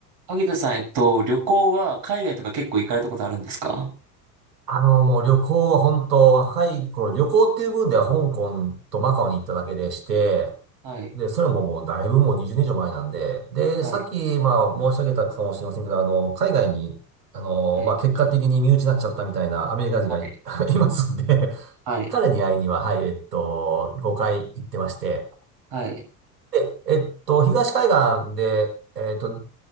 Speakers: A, on the right; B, on the right.
A: 萩田さん、えっと、旅行は海外とか結構行かれたことあるんですか
B: あの、もう旅行は本当若い頃、旅行っていう分では香港とマカオに行っただけでして、
A: はい、
B: で、それももうだいぶもう20年以上前なんで、で、
A: はい、
B: さっき、まあ申し上げたかもしれませんけど、あの、海外に、あの、
A: はい、
B: まあ結果的に身内になっちゃったみたいなアメリカ人がい、
A: は
B: <laughs> いますんで、
A: い、
B: 彼に会いには、はい、えっと、5回行ってまして、
A: はい、
B: で、えっと、東海岸で、えっと、